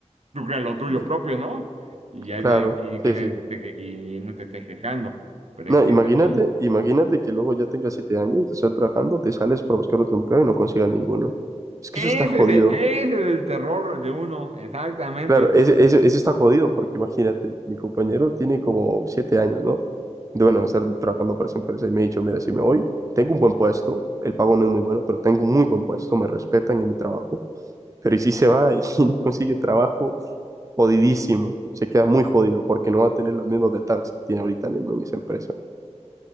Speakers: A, on the right; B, on the right.
A: tú creas lo tuyo
B: Ve,
A: propio, ¿no? Y ya
B: Claro,
A: no hay- y que
B: sí,
A: nadie
B: sí.
A: te esté que- y no te estés quejando, pero
B: No,
A: es que
B: imagínate,
A: es así.
B: imagínate que luego ya tengas siete años, te estás trabajando, te sales para buscar otro empleo y no consigas ninguno. Es que
A: Ese
B: eso está jodido.
A: es el, ese es el terror de uno, exactamente.
B: Claro, ese- ese- eso está jodido porque imagínate, mi compañero tiene como siete años, ¿no? De bueno, estar trabajando para esa empresa y me ha dicho, mira, si me voy, tengo un buen puesto, el pago no es muy bueno, pero tengo un muy buen puesto, me respetan en mi trabajo. Pero ¿y si se va y <laughs> no consigue trabajo? jodidísimo, se queda muy jodido porque no va a tener las mismas ventajas que tiene ahorita mismo en esa empresa.